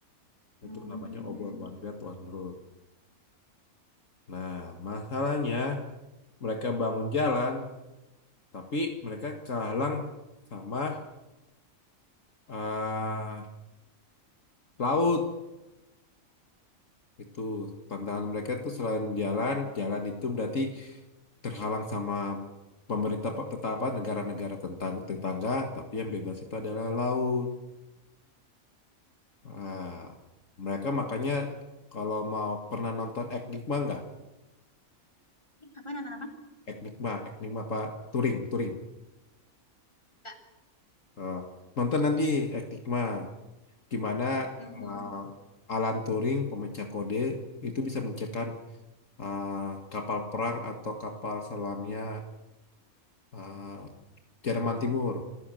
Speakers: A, on the left; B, on the left.
A: Hmm.
B: itu namanya obor one belt one road nah masalahnya mereka bangun jalan tapi mereka kehalang sama eh, laut Itu tantangan mereka tuh selain jalan, jalan itu berarti terhalang sama pemerintah pe- tetapa negara-negara tentang tetangga, tapi yang bebas itu adalah laut. Nah, mereka makanya kalau mau pernah nonton Enigma nggak?
A: Ini apa nonton apa?
B: Enigma, Enigma apa? Turing, Turing.
A: Enggak.
B: Eh, nonton nanti Enigma. Gimana
A: Hmm.
B: eh, Alan Turing, pemecah kode, itu bisa menciptakan eh, kapal perang atau kapal selamnya eh, Jerman Timur